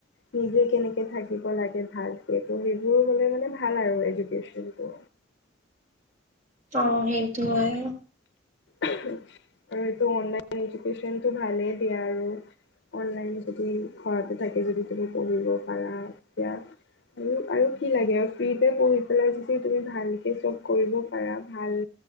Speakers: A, on the left; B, on the right.
A: নিজে কেনেকে থাকিব লাগে ভাল সেইটো, সেইবোৰ হ'লে মানে ভাল আৰু এডুকেশ্যন বোৰ।
B: অ', সেইটো হয়।
A: আৰু এইটো অনলাইন এডুকেশ্যনতটো ভালেই দিয়া আৰু। অনলাইন যদি ঘৰতে থাকি যদি তুমি পঢ়িব পাৰা, তেতিয়া আৰু আৰু কি লাগে আৰু ফ্ৰীতে পঢ়ি পেলাই যদি তুমি ভালকে চব কৰিব পাৰা ভাল